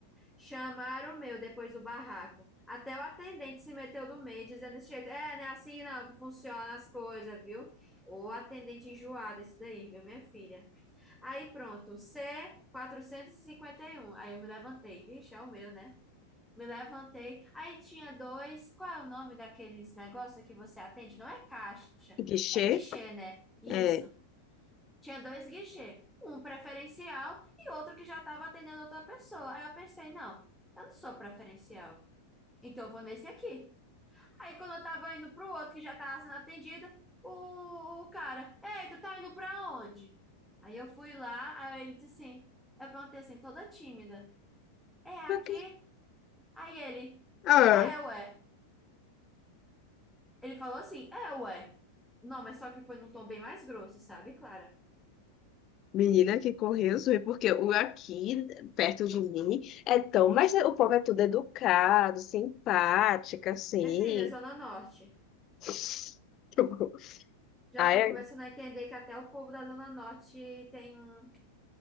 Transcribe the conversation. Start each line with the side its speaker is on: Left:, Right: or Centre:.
Centre: Chamaram o meu depois do barraco. Até o atendente se meteu do meio, dizendo desse jeito: É, não é assim não que funciona as coisas, viu? O atendente enjoado, esse daí, viu, minha filha? Aí pronto, c quatrocentos e e cinquenta e um Aí eu me levantei. Vixe, é o meu, né? Me levantei. Aí tinha dois. Qual é o nome daqueles negócios que você atende? Não é caixa,
Left: Guichê?
Centre: é guichê, né? Isso.
Left: É.
Centre: Tinha dois guichês, um preferencial e outro que já estava atendendo outra pessoa. Aí eu pensei, não, eu não sou preferencial, então eu vou nesse aqui. Aí quando eu tava indo pro outro que já tava sendo atendido, o, o cara, ei, tu tá indo pra onde? Aí eu fui lá, aí ele disse assim, eu perguntei assim, toda tímida, é aqui?
Left: Pra quê?
Centre: Aí ele,
Left: Ah,
Centre: é, ué. Ele falou assim, é, ué. Não, mas só que foi num tom bem mais grosso, sabe, Clara?
Left: menina que correu, zoei, porque o aqui, perto de mim, é tão. Mas o povo é tudo educado, simpático, assim.
Centre: É filha, Zona Norte.
Left: <laughs>
Centre: Já
Left: Ai,
Centre: tô
Left: é-
Centre: começando a entender que até o povo da Zona Norte tem um,